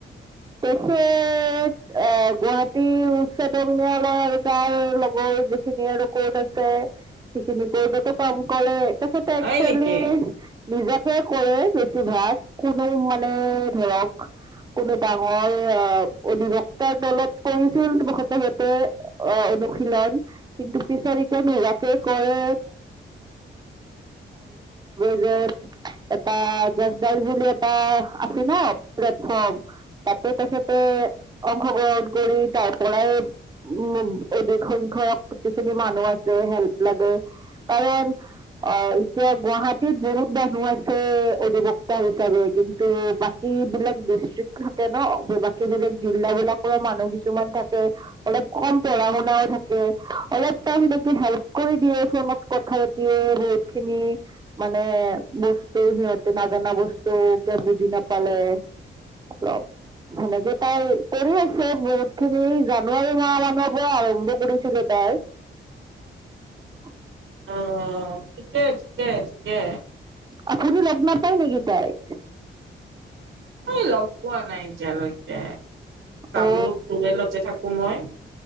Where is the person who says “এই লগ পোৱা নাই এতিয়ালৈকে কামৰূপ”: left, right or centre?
Right